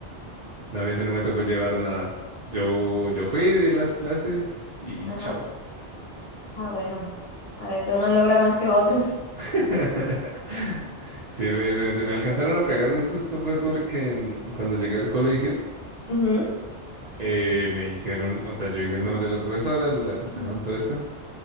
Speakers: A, on the right; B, on the left.
A: A mí sí no me tocó llevar nada. Yo, yo fui, di las clases y
B: Ajá.
A: chao.
B: Ah, bueno. A veces uno logra más que otros.
A: <laughs> Sí, fue diferente. Me alcanzaron a pegar un susto fue porque mm, cuando llegué al colegio
B: Ujú.
A: eh, me dijeron, o sea, yo dije el nombre de la profesora, el, el salón, todo esto,